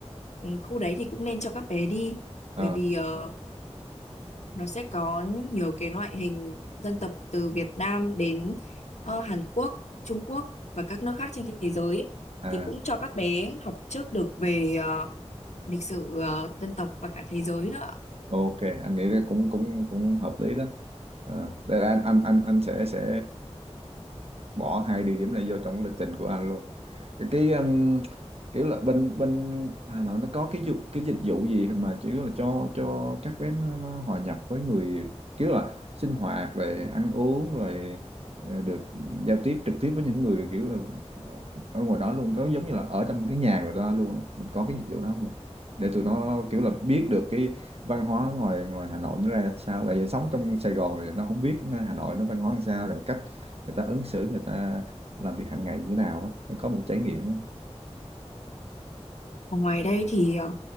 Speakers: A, on the left; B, on the right.
A: ừ, khu đấy thì cũng nên cho các bé đi
B: ờ
A: bởi vì ờ, Ừ. nó sẽ có nhiều cái loại hình dân tộc từ Việt Nam đến ờ, Hàn Quốc, Trung Quốc và các nước khác trên thế giới ấy.
B: à
A: Thì cũng cho các bé học trước được về ờ, lịch sử ờ, dân tộc và cả thế giới nữa.
B: ok anh nghĩ là cũng cũng cũng hợp lý đó ờ đây là anh anh anh anh sẽ sẽ bỏ hai địa điểm này vô trong cái lịch trình của anh luôn cái um, kiểu là bên bên Hà Nội nó có cái du, cái dịch vụ gì mà chỉ là cho cho các bé nó, nó hòa nhập với người kiểu là sinh hoạt rồi ăn uống rồi ờ, được giao tiếp trực tiếp với những người kiểu là ở ngoài đó luôn có giống như là ở trong cái nhà người ta luôn á. mình có cái dịch vụ đó không nhỉ để tụi nó kiểu là biết được cái văn hóa ngoài ngoài Hà Nội nó ra sao tại vì sống trong Sài Gòn thì nó không biết Hà Nội nó văn hóa làm sao rồi cách người ta ứng xử người ta làm việc hàng ngày như thế nào á có một trải nghiệm á
A: Ở ngoài đây thì ờ,